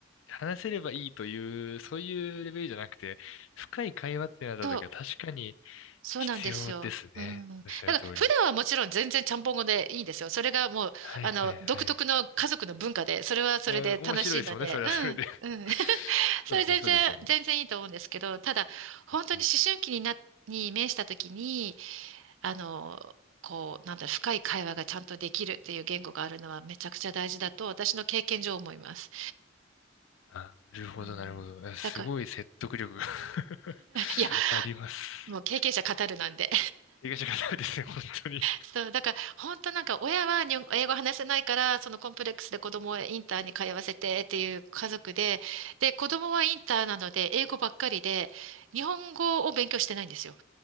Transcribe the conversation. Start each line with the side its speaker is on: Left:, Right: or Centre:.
Left: 話せればいいという、そういうレベルじゃなくて、深い会話ってなった時は確かに
Right: そうそうなんですよ。
Left: 必要ですね。
Right: うん。だから普段はもちろん全然ちゃんぽん語でいいんですよ。
Left: おっしゃる通り。
Right: それがもう、
Left: はいはいはい。
Right: あの、独特の家族の文化で、それはそれで楽しいので、
Left: えー面白いですもんね。それはそれで。
Right: うん、
Left: <laughs>
Right: うん。<laughs> それ全然、
Left: そうですね、そうですよね。
Right: 全然いいと思うんですけど、ただ、本当に思春期にな、
Left: うん。
Right: に面した時に、あの、こう、なんだ、深い会話がちゃんとできるっていう言語があるのはめちゃくちゃ大事だと、私の経験上思います。
Left: あ、なるほど、
Right: うん、
Left: なるほど。えすごい説得力が
Right: だから、
Left: <laughs>
Right: いや、
Left: あります。
Right: もう経験者語るなんで。
Left: 怪我し方ですね、本当に。
Right: そう、だから本当なんか親は日本英語話せないからそのコンプレックスで子供をインターに通わせてっていう家族で、で子供はインターなので英語ばっかりで日本語を勉強してないんですよ。